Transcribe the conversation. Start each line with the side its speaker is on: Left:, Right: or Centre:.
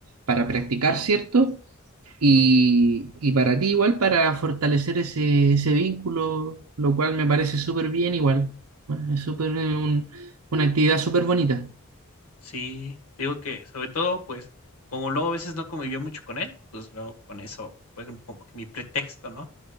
Right: para practicar, ¿cierto? Y,
Left: <laughs>
Right: y para ti igual, para fortalecer ese, ese vínculo, lo cual me parece súper bien igual. Es súper eh, un- una actividad súper bonita.
Left: Sí, te digo que sobre todo, pues, como luego a veces no convivía mucho con él, pues luego con eso fue como que mi pretexto, ¿no?